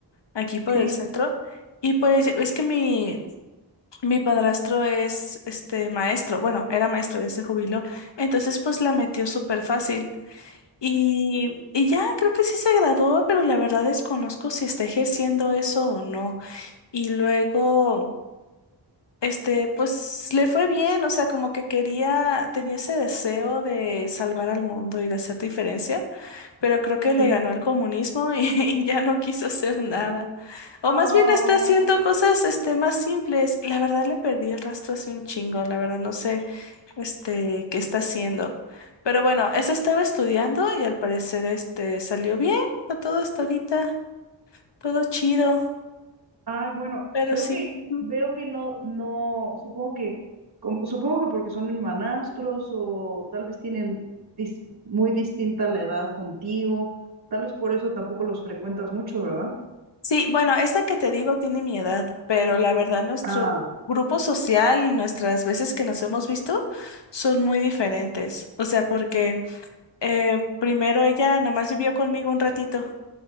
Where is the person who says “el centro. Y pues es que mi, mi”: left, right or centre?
Left